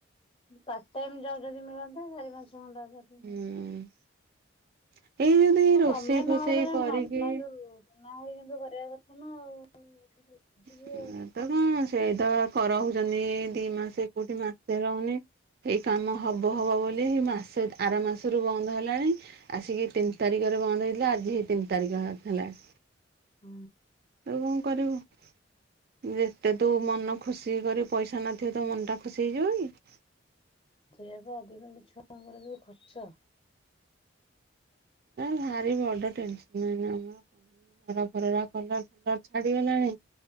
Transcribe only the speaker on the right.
ହୁଁ <inaudible>
ରୋଷେଇ
ଫୋଷେଇ କରିକି
<unintelligible>
ସେଇତ ରହୁଛନ୍ତି ଦି ମାସେ, କୋଉଠି ମାସେ ରହୁନି। ଏଇ କାମ ହବ ହବ ବୋଲି ମାସେ ଆର ମାସରୁ ବନ୍ଦ ହେଲାଣି, ଆସିକି ତିନି ତାରିଖ ବନ୍ଦ ହେଇଥିଲା, ଆଜି ହେଇ ତିନି ତାରିଖ ହେଲାଣି।
ତୁ କଣ କରିବୁ ଯେ ଯେ ତୁ ମନ ଖୁସି କରି ପଇସା ନଥିବ, ତ ମନଟା ଖୁସି ହେଇଯିବ କି?
ଭାରି ବଡ ଟେନ୍ସନ୍ ଏଇନା ଆମର ଘର ଫରରା କଲର ଫଲର ଛାଡିଗଲାଣି।